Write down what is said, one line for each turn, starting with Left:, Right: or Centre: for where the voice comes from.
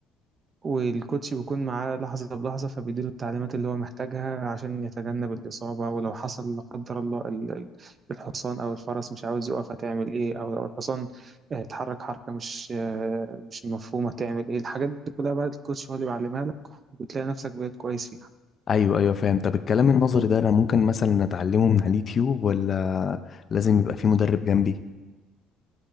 Right: والكوتش بيكون معاه لحظة بلحظة فبيديله التعليمات اللي هو محتاجها عشان يتجنب الإصابة ولو حصل لا قدر الله ال- ال- الحصان أو الفرس مش عاوز يقف هتعمل إيه أو لو الحصان آه، اتحرك حركة مش آه، مش مفهومة هتعمل إيه الحاجات دي كلها بقى الكوتش هو اللي بيعلمها لك وبتلاقي نفسك بقيت كويس فيها
Left: ايوه ايوه فاهم طب الكلام النظري ده انا ممكن مثلا اتعلمه من على اليوتيوب ولا لازم يبقى في مدرب جنبي